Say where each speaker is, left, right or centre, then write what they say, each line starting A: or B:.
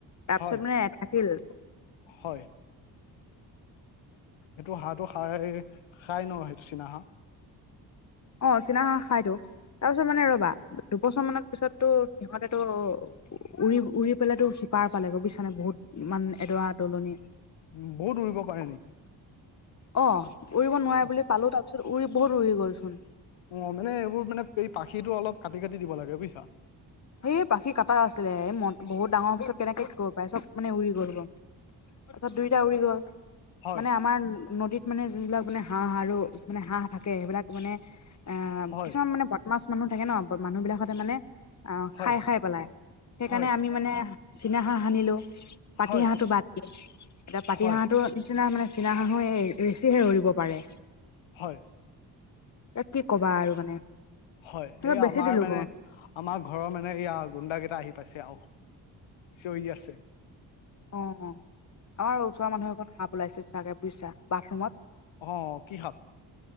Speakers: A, on the left (about 35°); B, on the left (about 70°).
A: তাৰ
B: হয়
A: পিছত মানে থাকিল।
B: হয়। সেইটো হাঁহটো খাই খাই ন চীনা হাঁহ।
A: অ চীনা হাঁহ খাইো তাৰপিছত মানে ৰবা দুবছৰ মানৰ পিছত। তো সিহঁতেটো উৰি উৰি পেলো সিপাৰ পালে গ বুজিছা নে বহুত মানে। এডৰা দলনি।
B: উম বহুত উৰিব পাৰে নেকি।
A: অ উৰিব নোৱাৰে
B: অ
A: বুলি পালো তাৰপিছত উৰি বহুত উৰি গ'লচোন।
B: অ মানে এইবোৰ মানে এই পাখিটো অলপ কাটি কাটি দিব লাগে বুজিছা।
A: সেই পাখিকটা আছিলে বহুত ডাঙৰ পিছত কেনেকে কৰিব পাৰে চব মানে উৰি গ'ল গ। তাৰপছত দুইোটা উৰি গ'ল।
B: হয়
A: মানে আমাৰ নদীত মানে যোনবিলাক মানে হাঁহ আৰু মানে হাঁহ থাকে সেইবিলাক মানে। অ
B: হয়
A: কিছুমান মানে বদমাছ মানুহ থাকে ন মানুহ বিলাকতে মানে। অ
B: হয়
A: খাই খাই পেলাই সেইকাৰণে
B: হয়
A: আমি মানে চীনা হাঁহ সানিলোঁ। পাতি
B: হয়
A: হাঁহটো বাদ দিয়ে এতিয়া পাতি
B: হয়
A: হাঁহটো। নিচিনা মানে চীনা হাঁহু বেছিহে উৰিব পাৰে।
B: হয়
A: এ কি কবা আৰু মানে
B: হয়
A: ত
B: এই
A: বেছি
B: আমাৰ
A: দিলো
B: মানে
A: ক।
B: আমাৰ ঘৰৰ মানে এইয়া গুণ্ডা কেইটা আহি পাইছে আহ চিঞৰি আছে।
A: অ আমাৰ ওচৰ মানুহে এঘৰত সাপ ওলাইছে চাগে বুজিছা বাথৰুমত।
B: অ কি সাপ।